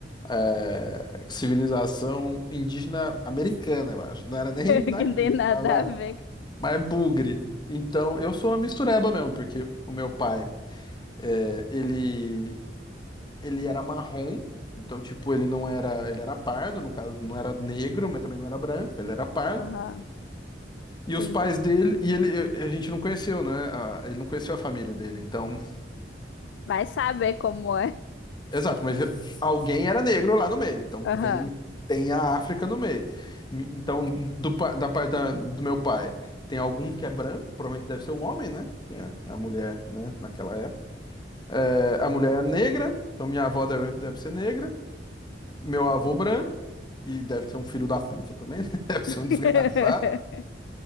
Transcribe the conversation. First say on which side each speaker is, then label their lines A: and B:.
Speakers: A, on the left; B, on the left.
A: eh, civilização indígena americana, eu acho. Não era nem
B: <laughs>
A: daqui,
B: Que não tem nada
A: mas lá.
B: a ver.
A: Mas é bugre. Então, eu sou uma mistureba mesmo, porque o meu pai, eh, ele, ele era marrom, então, tipo, ele não era, ele era pardo, no caso, não era negro, mas também não era branco, ele era pardo.
B: Aham,
A: E
B: entendi.
A: os pais dele, e ele, a gente não conheceu, né? a- Ele não conheceu a família dele, então.
B: Vai saber como é.
A: Exato, mas alguém era negro lá no meio, então
B: Aham.
A: tem, tem a África no meio. Mi- Então, do, pa- da parte da- do meu pai, tem algum que é branco, provavelmente deve ser o homem, né? Que é a mulher, né? Naquela época. É, a mulher é negra, então minha avó deve, deve ser negra, meu avô branco, e deve ser um filho da puta também, né? <laughs> Deve
B: <laughs>
A: ser um desgraçado.